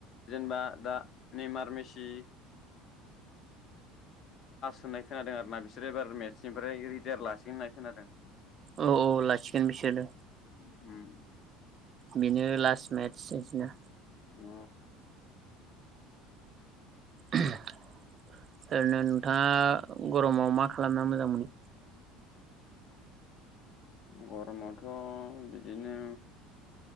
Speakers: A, on the left; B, on the right.
A: जेनेबा दा निमारमेसि होननाय खोनादों आरोना बिसोरो एबार मेट्सनिफ्राय रिटायार लासिगोन होननाय खोनादों।
B: औ औ लाखिगोन बिसोरो।
A: हम।
B: बेनो लास्ट मेट बिदिनो।
A: औ।
B: ओरैनो नोंथाङा। गरमाव मा खालामना मोजां मोनो?
A: गरमावथ' बिदिनो